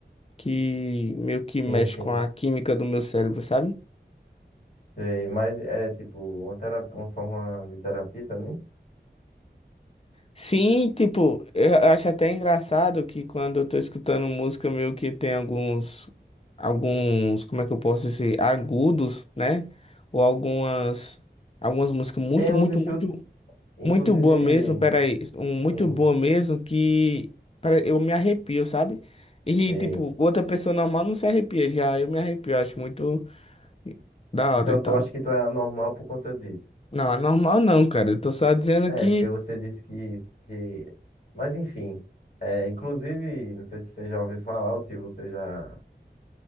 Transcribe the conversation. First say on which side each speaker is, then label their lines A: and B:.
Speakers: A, on the left; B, on the left.
A: que meio que
B: Sim,
A: mexe
B: sim.
A: com a química do meu cérebro, sabe?
B: Sei, mas é tipo uma terapia, uma forma de terapia também?
A: Sim, tipo, eu acho até engraçado que quando eu tô escutando música, meio que tem alguns, alguns, como é que eu posso dizer, agudos, né? Ou algumas, algumas músicas muito,
B: Tem uns
A: muito,
B: estudos,
A: muito
B: inclusive,
A: Muito boa mesmo, peraí. Um,
B: sim,
A: muito boa mesmo que pera- eu me arrepio, sabe? E,
B: sei.
A: tipo, outra pessoa normal não se arrepia já. Eu me arrepio, acho muito da
B: Então,
A: hora e tal.
B: tu acha que tu é anormal por conta disso?
A: Não, é normal não, cara. Eu tô só dizendo
B: É,
A: que
B: porque você disse que, que... Mas enfim, é, inclusive, não sei se você já ouviu falar ou se você já,